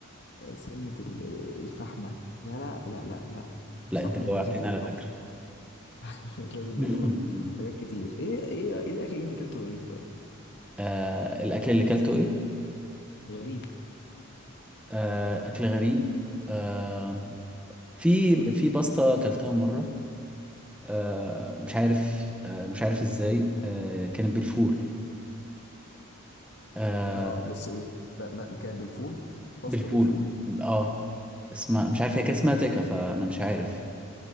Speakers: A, on the left; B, in the centre.
A: آه، سنه ال- الفحمه يا لا لا لا لا
B: لا
A: صاحبي
B: أنت جوعتني
A: انت لازم تجرب
B: على فكرة
A: <laughs> لازم
B: <laughs>
A: نجرب حاجات كتير ايه ايه ايه الاكل اللي انت اكلته غريب طيب
B: آه الأكل اللي كلته إيه؟
A: غريب
B: آه، أكل غريب آه، في في باستا أكلتها مرة آه، مش عارف آه، مش عارف إزاي آه، كانت بالفول آه،
A: اه بس ايه ما- ما- كان بالفول باستا
B: بالفول
A: بالفول
B: اه اسمها مش عارف هي كان اسمها تيكا فأنا مش عارف